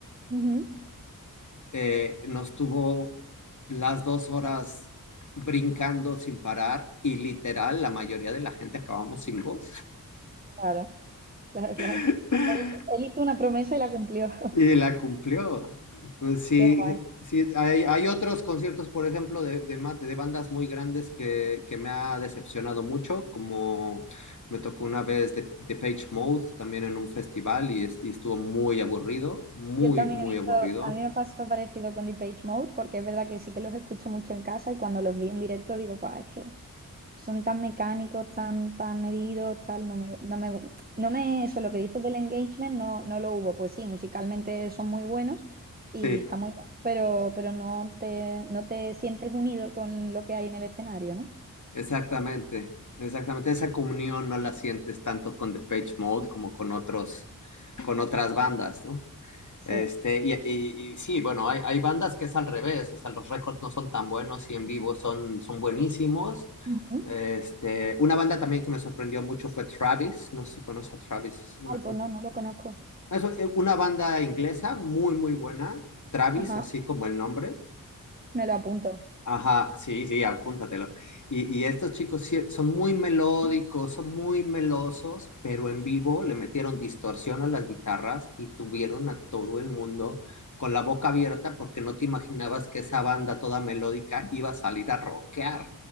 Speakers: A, on the right; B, on the left.
A: Ujú,
B: eh, nos tuvo las dos horas brincando sin parar y literal la mayoría de la gente acabamos sin voz.
A: claro, claro. claro.
B: <laughs>
A: Él, él hizo una promesa y la cumplió. <laughs>
B: Y la cumplió. Entonces, sí,
A: Qué guay.
B: sí hay, hay otros conciertos, por ejemplo, de, de, ma- de bandas muy grandes que, que me ha decepcionado mucho, como me tocó una vez de, de Page Mode también en un festival y, es- y estuvo muy aburrido, muy,
A: Yo también
B: muy
A: he visto,
B: aburrido.
A: a mí me pasó parecido con Depeche Mode, porque es verdad que sí que los escucho mucho en casa y cuando los vi en directo digo, pa, es que son tan mecánicos, tan, tan medidos, tal, no me, no me, gu- no me, eso, lo que dices del engagement no, no lo hubo. Pues sí, musicalmente son muy buenos
B: Sí,
A: y está muy bien, pero, pero no te, no te sientes unido con lo que hay en el escenario, ¿no?
B: exactamente, exactamente. Esa comunión no la sientes tanto con The Page Mode como con otros, con otras bandas, ¿no?
A: Sí.
B: Este, y, y- y sí, bueno, hay, hay bandas que es al revés, o sea, los récords no son tan buenos y en vivo son, son buenísimos.
A: Ujú.
B: Este, una banda también que me sorprendió mucho fue Travis, no sé si conoces a Travis, es una,
A: Ay, pues
B: un-
A: no, no lo conozco.
B: es una banda inglesa muy, muy buena, Travis,
A: Ajá,
B: así como el nombre.
A: me lo apunto.
B: Ajá, sí, sí, apúntatelo. Y, y estos chicos sí son muy melódicos, son muy melosos, pero en vivo le metieron distorsión a las guitarras y tuvieron a todo el mundo con la boca abierta porque no te imaginabas que esa banda toda melódica iba a salir a rockear.